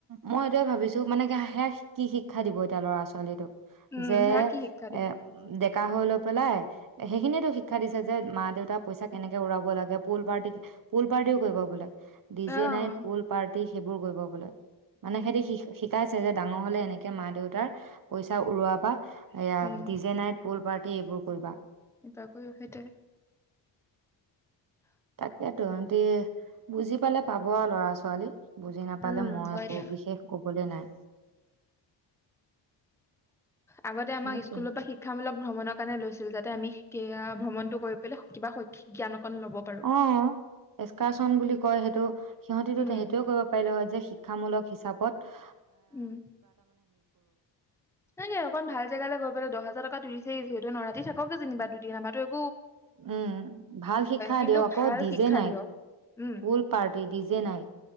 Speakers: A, on the right (about 45°); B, in the centre.
A: মই এইটোয়ে ভাবিছো মানে কি সেয়া কি শ শিক্ষা দিব এতিয়া ল'ৰা ছোৱালীটোক
B: উম
A: যে
B: সেয়া কি শিক্ষা দিব
A: এ দেখ ডেকা হৈ লৈ পেলাই সেইখিনিয়েতো শিক্ষা দিছে যে মা দেউতাক পইচা কেনেকে উৰাব লাগে, পুল পাৰ্টি পুল পাৰ্টিও কৰিব বোলে, ডি জে
B: আহ
A: নাইট পুল পাৰ্টি সেইবোৰো কৰিব বোলে মানে
B: উম
A: সেইটি শি শিক্ষা শিকাইছে যে ডাঙৰ হলে এনেকে মা দেউতাৰ পইচা উৰুৱা বা এয়া
B: উম
A: D J night pool party দেই এইবোৰ কৰিবা
B: এবাকৈও সেইটোৱে
A: তাকেইতো সেতি বুজি পালে পাব আৰু ল'ৰা ছোৱালী বুজি নাপালে
B: উম
A: মই
B: হয়
A: একো
B: দিয়া
A: বিশেষ ক'ব ক'বলে নাই
B: আগতে আমাক
A: সেইটোৱে
B: স্কুলৰ পৰা শিক্ষামূলক ভ্ৰমণৰ কাৰণে লৈছিল তাতে আমি কিবা আ ভ্ৰমণটো কৰি পেলাই কিবা শৈক্ষিক জ্ঞান অকণ ল'ব পাৰো
A: অ এস্কাৰচন বুলি কয় সেইটো সিহঁতিটো
B: উম
A: তেহেতিয়ো কৰিব পাৰিলে হয় যে শিক্ষামূলক হিচাপ পত
B: উম সঁচাকে অকন ভাল জেগালৈ গৈ পেলায় দহ হাজাৰ টকা টু স যিহেতু নৰা থাকক যেনিবা দুদিন আমাৰ তো
A: উম ভাল শিক্ষা
B: কিন্তু
A: দিয়ক আকৌ
B: ভাল
A: দি
B: শিক্ষা
A: যে নাইত
B: দিয়ক উম
A: ফুল পাৰ্টি দি যে নাইত